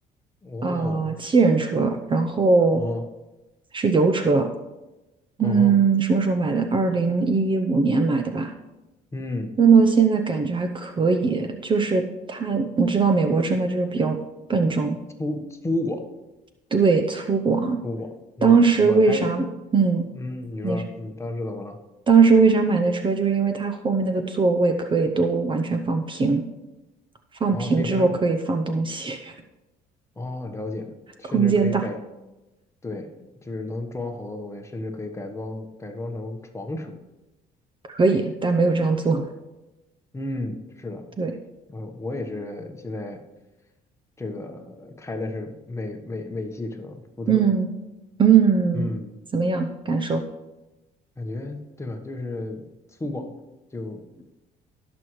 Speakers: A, on the left; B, on the right.
A: 哦，
B: 啊、七人车，然后
A: 哦，
B: 是油车。
A: 哦吼，
B: 嗯，什么时候买的？二零一五年买的吧。
A: 嗯，
B: 用到现在感觉还可以，就是它，你知道美国车吗？就是比较笨重，
A: 粗粗犷，
B: 对，粗犷。
A: 粗犷，嗯，
B: 当时为啥，
A: 我开
B: 嗯，
A: 嗯，你说，
B: 你是
A: 嗯，当时怎么了？
B: 当时为啥买那车？就是因为它后面那个座位可以都完全放平，放平之后可以放东西，
A: 哦，可以变成，哦，了解，
B: <laughs>
A: 甚至可以改，
B: 空间大，
A: 对，就是能装好多东西，甚至可以改装改装成床车，
B: 可以，但没有这样做。
A: 嗯，是的，
B: 对，
A: 呃，我也是现在这个开的是美美美系车，福特，
B: 嗯嗯，
A: 嗯，
B: 怎么样？感受？
A: 感觉对吧？就是粗犷，就